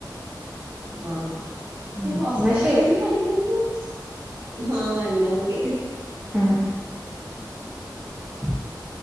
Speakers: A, on the right; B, on the right.
A: ആഹ്
B: ഉം,
A: ഈ ഹോസ്റ്റലിൽ
B: എന്നാ ശരി
A: നിന്ന് പഠിക്ക്ന്നത് ആഹ് എന്നാ ഓക്കെ.
B: ആഹ് <unintelligible>